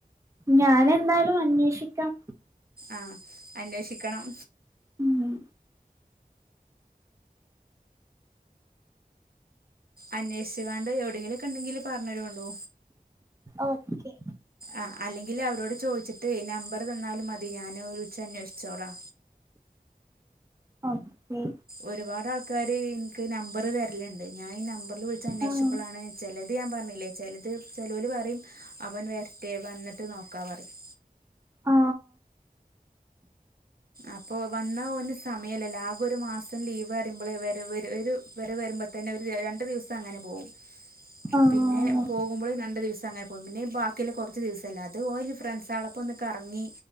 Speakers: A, on the right (about 20°); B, on the right (about 75°).
A: ഞാന എന്തായാലും അന്വേഷിക്കാം
B: ആഹ അന്വേഷിക്കണം
A: ഉം
B: അന്വേഷുകാണ് അ എവിടെെങ്കിലൊക്കെ ഉണ്ടെങ്കിൽ പറഞ്ഞരോണ്ടു
A: ഓക്കെ
B: ആ അല്ലെങ്കിൽ അവരോട് ചോദിച്ചിട്ട് ഈ നമ്പർ തന്നാലും മതി ഞാൻ വിളിച്ച അന്വേഷിച്ചോളാ
A: ഓക്കെ
B: ഒരുപാട് ആൾക്കാര് എനിക്ക് നമ്പർ തരലുണ്ട് ഞാൻ ഈ നമ്പറിില് വിളിച്ച അന്വേഷുമ്പോളാണ്
A: ആഹ്
B: ചില അത് ഞാൻ പറഞ്ഞില്ലേ ചിലത് ചെലവൽ പറയും അവൻ വരട്ടെ വന്നിട്ട് നോക്കാ പറയും
A: ആ
B: അപ്പോ വന്ന ഓ ന് സമയമല്ലല്ല ആകെ ഒരു മാസം ലീവ് പറയുമ്പോ വ ഒരു വരെ വരുമ്പോൾ തന്നെ ഒരു രണ്ടു ദിവസം അങ്ങനെ പോകവും
A: ആഹ്
B: പിന്നെ പോകുമ്പോളും രണ്ട്‌ ദിവസം അങ്ങനെ പോകും പിന്നെ ബാക്കിയുള്ള കുറച്ച് ദിവസല്ലെ അത് ഫ്രണ്ട്സ് ആളപ്പോ ഒൊക്ക കറങ്ങി